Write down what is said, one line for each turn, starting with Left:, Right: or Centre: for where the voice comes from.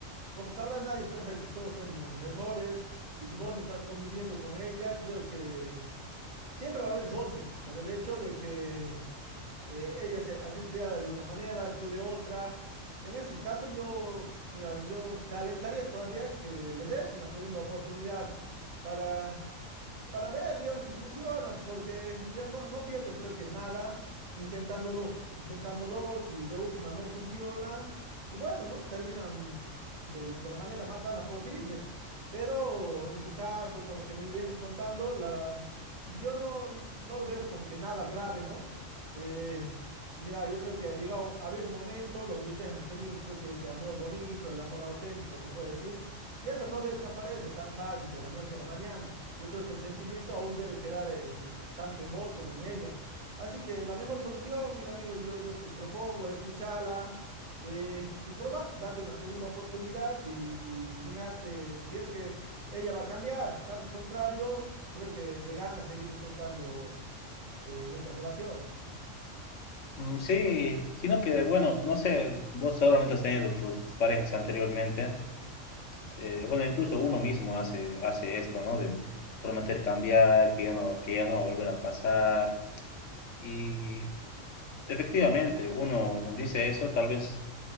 Right: como sabrás, nadie es perfecto, todos tenemos nuestros errores, y si vos estás conviviendo con ella, creo que siempre va a haber roce por el hecho de que eh, ella se, ha sido criada de una manera, tú de otra. En ese caso, yo, mira, yo te alentaría todavía que le des una segunda oportunidad para para ver, digamos, si funciona, porque, mira, no, no pierdes creo que nada intentándolo, intentándolo, si de última no funciona, y bueno, ¿no? Terminan de, de la manera más sana posible. Pero en tu caso, con lo que me vienes contando, la, yo no, no lo veo como que nada grave, ¿no? Eh, mira, yo creo que ha llegado, ha habido un momento donde ustedes han tenido, creo que ese amor bonito, el amor auténtico, se puede decir, y eso no desaparece tan fácil de la noche a la mañana. Yo creo que el sentimiento aún debe quedar en, tanto en vos como en ella. Así que la mejor solución, mira amigo, yo, yo te propongo escucharla eh, y probar, date una segunda oportunidad y, y fíjate si es que ella va a cambiar. Caso contrario, creo que de ganas seguir intentando eh, en esta relación.
Left: Mm, Sí, sino que, bueno, no sé, vos seguramente has tenido tus, tus parejas anteriormente. eh, bueno, incluso uno mismo hace, hace esto, ¿no? De prometer cambiar, que ya no, que ya no va a volver a pasar. Y efectivamente, uno dice eso tal vez